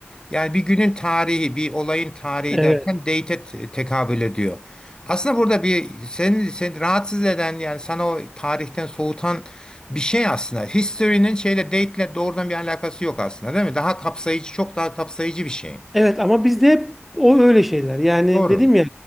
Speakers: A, on the left; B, in the centre.
A: Yani bir günün tarihi, bir olayın tarihi
B: Evet.
A: derken date'e te- tekabül ediyor. Aslında burada bir seni, seni rahatsız eden yani sana o tarihten soğutan bir şey aslında. History'nin şeyle date'le doğrudan bir alakası yok aslında, değil mi? Daha kapsayıcı, çok daha kapsayıcı bir şey.
B: Evet ama bizde hep o öyle şeyler. Yani
A: Doğru.
B: dedim ya